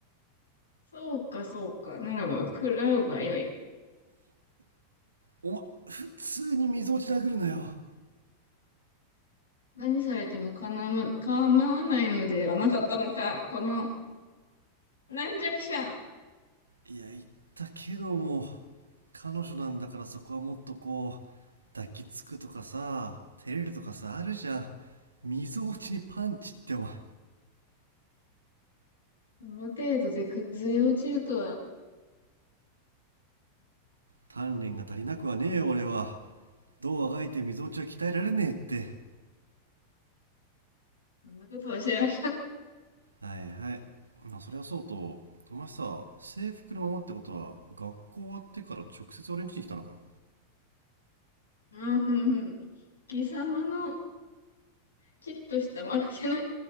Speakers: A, on the left (about 75°); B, on the right (about 75°).
A: そうか、そうか。ならば、食らうがよい。
B: お前、普通に溝落ち殴るなよ。
A: 何されてもかなわ、構わないのではなかったのか。この、軟弱者。
B: いや、言ったけども、彼女なんだからそこはもっとこう、抱きつくとかさ、照れるとかさ、あるじゃん。溝落ちにパンチってお前、
A: この程度で崩れ落ちるとは、
B: 鍛錬が足りなくはねえよ、俺は。どうあがいて溝落ちは鍛えられねえって。
A: そんなことは知らん。
B: はいはいまあそれはそうとお前さ制服のままってことは学校終わってから直接俺ん家に来たのかよ
A: うん、うん、うん。貴様の、きっとした間抜けない。